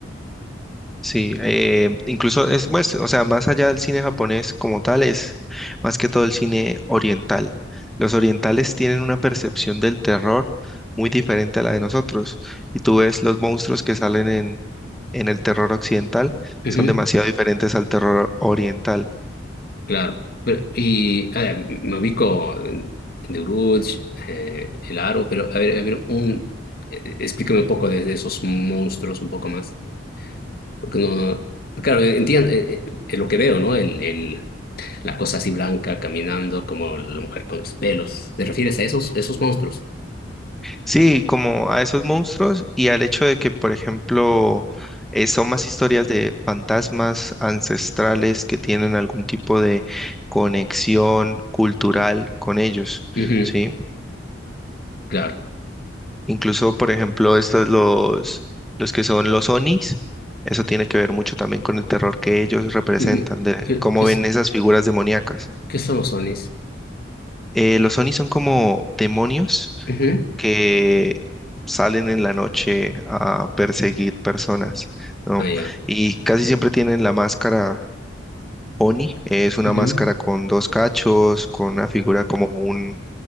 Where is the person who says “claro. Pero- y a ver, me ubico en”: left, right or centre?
Left